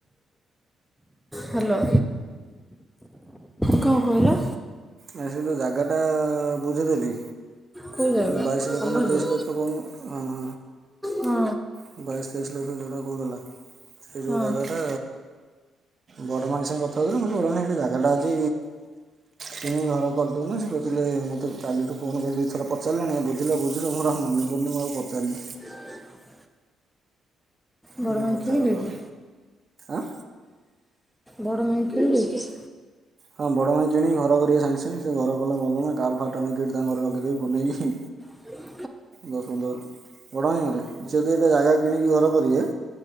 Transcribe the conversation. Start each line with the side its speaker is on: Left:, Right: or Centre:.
Centre: ହ୍ୟାଲୋ, କଣ କହିଲ?
Right: ଆରେ ସେ ଯୋଉ ଜାଗାଟା ବୁଝିଦେଲି।
Centre: କେଉଁ ଜାଗା
Right: ଯୋଉ ବାଇଶ ଲକ୍ଷ
Centre: ସମ୍ବଲପୁର
Right: ନା ତେଇଶ ଲକ୍ଷ କହୁନୁ। ଅ ହ
Centre: ହଁ
Right: ହ ବାଇଶ ତେଇଶ ଲକ୍ଷ ଯେଉଟା କହୁଥିଲା। ସେ ଯେଉଁ
Centre: ହଁ
Right: ଜାଗାଟା ବଡ଼ ମାଇଁଙ୍କ ସାଙ୍ଗେ କଥା ହଉଥିଲୁ। ମୁଁ କହିଲି ବଡ଼ ମାଇଁ ସେଠି ଜାଗାଟା ଅଛି, କିଣି ଘର କରିଦଉନ। ସେ କହୁଥିଲେ ମୋତେ କାଲିଠୁ ଫୋନ୍ କରି ଦୁଇଥର ପଚାରିଲେଣି, କବୁଝିଲ -ବୁଝିଲ। ମୋର ଆଉ ମନେ ପଡ଼ିନି ମୁଁ ଆଉ ପଚାରିନି।
Centre: <inaudible> ବଡ଼
Right: ଏ
Centre: ମାଇଁ କିଣିବେ
Right: <unintelligible>
Centre: କି
Right: ଆଁ!
Centre: ବଡ ମାଇଁ କିଣିବେ କି?
Right: ହଁ ବଡ଼ ମାଇଁ କିଣିିକି ଘର କରିବେ ସାଙ୍ଗେ ସାଙ୍ଗେ। ସେ ଘର କଲେ ଭଲ ନା। କାର୍ ଫାରଟା ନେଇକି ହେଠି ତାଙ୍କ ଘରେ ରଖିଦେବି ବନେଇକି।
Centre: ହଁ
Right: ଦଶ ପନ୍ଦର ବଡ଼ ପାଇଁ ଘରେ। ସେ ଯଦି ଏଇଟା ଜାଗା କିଣିକି ଘର କରିବେ